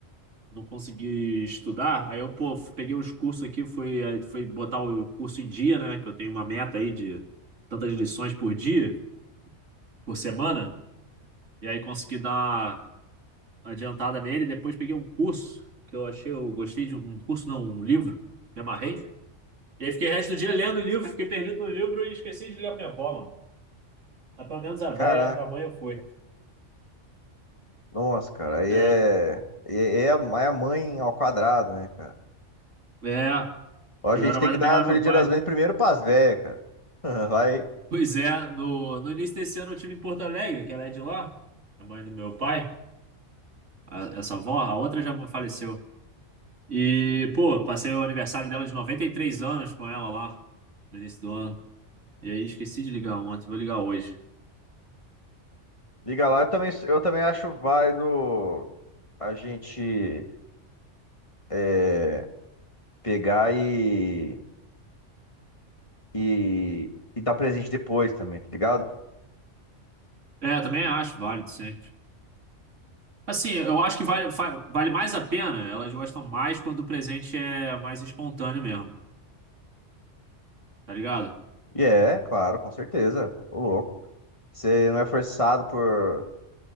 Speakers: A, on the right; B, on the left.
A: não consegui estudar, aí eu, pô, peguei uns cursos aqui, fui, aí fui botar o curso em dia, né? Que eu tenho uma meta aí de tantas lições por dia, por semana. E aí consegui dar. adiantada nele. Depois peguei um curso que eu achei, eu gostei de um um curso, não, um livro. Me amarrei. E aí fiquei o resto do dia lendo o livro, fiquei perdido no livro e esqueci de ligar pra minha avó, mano. Mas pelo menos a véia
B: Caraca,
A: na manhã foi.
B: nossa, cara, aí
A: É,
B: é. É, é a aí é a mãe ao quadrado, né, cara?
A: é.
B: Ó, a
A: Eu
B: gente
A: era
B: tem
A: mais
B: que
A: apegado
B: dar
A: ao
B: Feliz
A: meu
B: Dia
A: pai.
B: das Mães primeiro pras velhas, cara. <laughs> Vai,
A: Pois é, no, no início desse ano eu tive em Porto Alegre, que ela é de lá, a mãe do meu pai, a- essa avó, a outra já faleceu. E, pô, passei o aniversário dela de 93 anos com ela lá, no início do ano. E aí esqueci de ligar ontem, vou ligar hoje.
B: liga lá. Eu também, eu também acho válido a gente é, pegar e e, e dar presente depois também, tá ligado?
A: É, também acho válido sempre. Assim, eu acho que vale, fa- vale mais a pena, elas gostam mais quando o presente é mais espontâneo mesmo, tá ligado?
B: E é, claro, com certeza. Ô louco. Você não é forçado por,